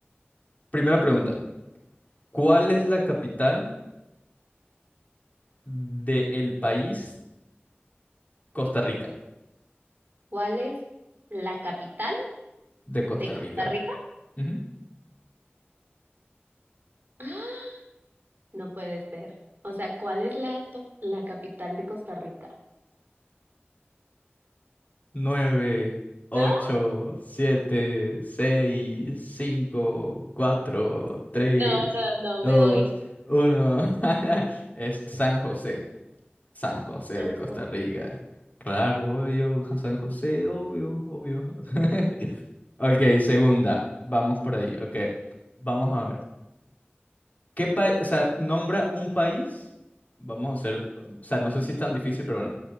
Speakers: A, on the left; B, on the right.
A: Primera pregunta. ¿Cuál es la capital del país Costa Rica?
B: ¿Cuál es la capital
A: De Costa
B: de Costa
A: Rica.
B: Rica?
A: Ujú.
B: <gasps> ¡Ah! No puede ser. O sea, ¿cuál es la, to- la capital de Costa Rica?
A: 9, 8,
B: ¿No?
A: 7, 6, 5, 4, 3,
B: No, no, no, me
A: 2,
B: doy.
A: 1. <laughs> Es San José. San José
B: San
A: de Costa
B: José.
A: Rica. Claro, obvio, San José, obvio, obvio. <laughs> Ok, segunda. Vamos por ahí. Ok, vamos a ver. ¿Qué país? O sea, nombra un país. Vamos a hacer. O sea, no sé si es tan difícil, pero bueno.